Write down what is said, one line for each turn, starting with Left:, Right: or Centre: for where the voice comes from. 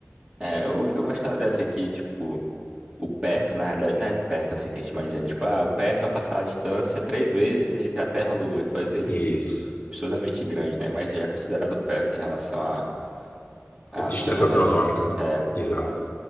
Right: É, eu ouvi uma história dessa aqui, tipo, o perto, na realidade, não é perto assim que a gente imagina. Tipo, ah, o perto vai passar a distância três vezes entre a Terra e a Lua. Tu vai ver, tipo,
Left: Isso.
Right: um absurdamente grande, né? Mas já é considerado perto em relação a, a
Left: Distância
Right: coordenadas
Left: astronômica.
Right: astrais. É.
Left: Exato,